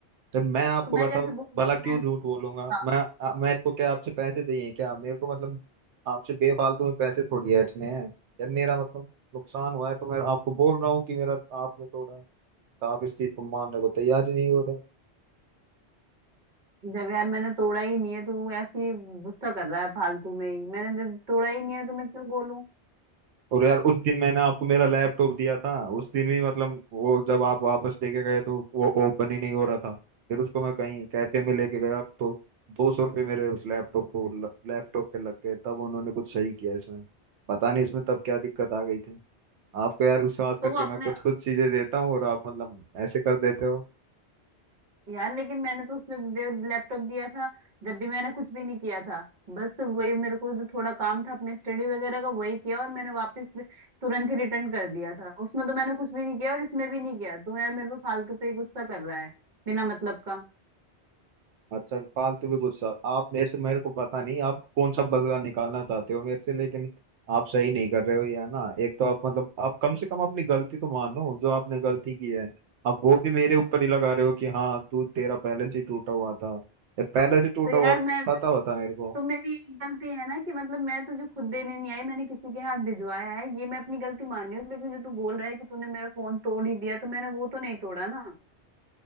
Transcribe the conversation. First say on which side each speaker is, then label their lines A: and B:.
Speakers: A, on the right; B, on the right.
A: तो मैं आपको
B: तो मैं
A: बताऊं
B: कैसे बोलूँ
A: भला
B: कि
A: क्यों
B: मैं
A: झूठ बोलूंगा
B: हाँ,
A: मैं आ, मेरे को क्या आपसे पैसे चाहिए क्या मेरे को मतलब आपसे बेफालतू में पैसे थोड़ी ऐंठने हैं यार मेरा मतलब नुकसान हुआ है तो मैं आपको बोल रहा हूँ कि मेरा आपने तोड़ा है तो आप इस चीज को मानने को तैयार ही नहीं हो रहे
B: जब यार मैंने तोड़ा ही नहीं है तो ऐसी गुस्सा कर रहा है फालतू में ही मैंने जब तोड़ा ही नहीं है तो मैं क्यों बोलूँ
A: और यार उस दिन मैंने आपको मेरा लैपटॉप दिया था उस दिन भी मतलब वो जब आप वापस लेके गए तो वो ओपन ही नहीं हो रहा था फिर उसको मैं कहीं कैफे में लेके गया तो दो सौ रुपये मेरे उस लैपटॉप को लैपटॉप पे लग गए तब उन्होंने कुछ सही किया इसमें पता नहीं इसमें तब क्या दिक्कत आ गई थी आपको यार विश्वास
B: तो
A: करके
B: वो अपने
A: मैं कुछ कुछ चीजें देता हूँ और आप मतलब ऐसे कर देते हो
B: यार लेकिन मैंने तो उसमें लैपटॉप दिया था जब भी मैंने कुछ भी नहीं किया था बस वही मेरे को जो थोड़ा काम था अपने स्टडी वगैरह का वही किया और मैंने वापस भी तुरंत ही रिटर्न कर दिया था उसमें तो मैंने कुछ भी नहीं किया और इसमें भी नहीं किया तो यार मेरे पे फालतू पे ही गुस्सा कर रहा है बिना मतलब का
A: अच्छा फालतू भी गुस्सा आप मेरे से मेरे को पता नहीं आप कौन सा बदला निकालना चाहते हो मेरे से लेकिन आप सही नहीं कर रहे हो या ना एक तो आप मतलब आप कम से कम अपनी गलती तो मानो जो आपने गलती की है आप वो भी मेरे ऊपर ही लगा रहे हो कि हाँ तू तेरा पहले से ही टूटा हुआ था ये पहले से टूटा
B: तो यार
A: हुआ था,
B: मैं मैं-
A: पता होता मेरे को
B: तो मेरी एक गलती है ना कि मतलब मैं तुझे खुद देने नहीं आई मैंने किसी के हाथ भिजवाया है ये मैं अपनी गलती मान रही हूँ लेकिन जो तू बोल रहा है कि तूने मेरा फोन तोड़ ही दिया तो मैंने वो तो नहीं तोड़ा ना